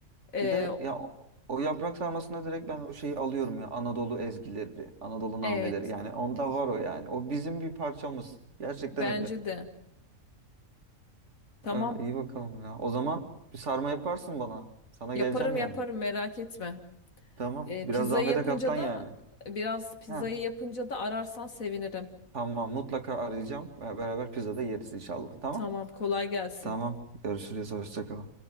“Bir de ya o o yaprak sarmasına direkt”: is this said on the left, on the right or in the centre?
Right